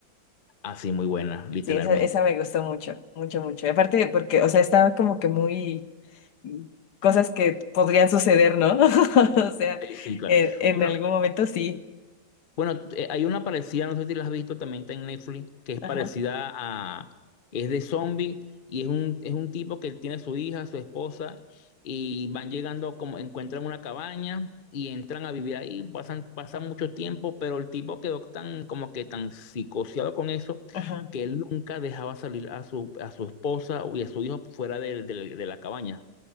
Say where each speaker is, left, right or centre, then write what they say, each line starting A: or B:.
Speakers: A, on the left; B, on the left.
A: así muy buena, literalmente.
B: Sí, esa, esa me gustó mucho, mucho, mucho. Y Aparte porque, o sea, estaba como que muy mm, cosas que podrían suceder, ¿no? <laughs> O sea,
A: Sí, sí, claro.
B: en, en
A: Bueno,
B: algún momento sí.
A: bueno, eh, hay una parecida, no sé si la has visto, también está en Netflix, que es
B: Ajá,
A: parecida a, es de zombie y es un, es un tipo que tiene su hija, su esposa y van llegando como encuentran una cabaña y entran a vivir ahí, pasan, pasan mucho tiempo, pero el tipo quedó tan como que tan psicoseado con eso
B: ajá,
A: que él nunca dejaba salir a su, a su esposa y a su hijo fuera del- del- de la cabaña.